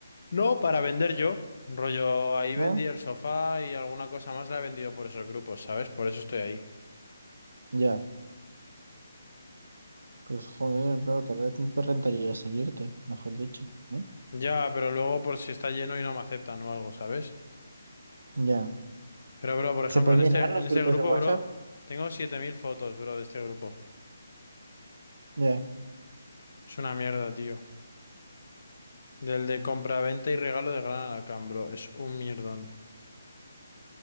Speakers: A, on the left; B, on the right.
A: No, para vender yo. Rollo, ahí
B: ¿No?
A: vendí el sofá y alguna cosa más la he vendido por esos grupos, ¿sabes? Por eso estoy ahí.
B: Ya. Pues joder, claro, tal vez no te rentaría salirte, mejor dicho, ¿no?
A: Ya, pero luego por si está lleno y no me aceptan o algo, ¿sabes?
B: Ya.
A: Pero, bro, por ejemplo,
B: ¿Se pueden
A: en este,
B: llenar los
A: en
B: grupos
A: este grupo,
B: de WhatsApp?
A: bro, tengo 7000 fotos, bro, de este grupo.
B: Ya.
A: Es una mierda, tío. Del de compra-venta y regalo de Gran Alacán, bro. Es un mierdón.